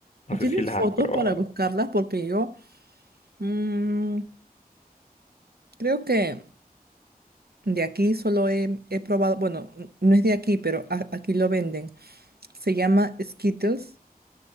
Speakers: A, on the left (about 45°); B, on the right (about 80°).
A: No sé
B: ¿Tienes
A: si las
B: fotos
A: has probado.
B: para buscarlas? Porque yo mm, creo que de aquí solo he, he probado, bueno, n- no es de aquí, pero a- aquí lo venden. Se llama Skittles.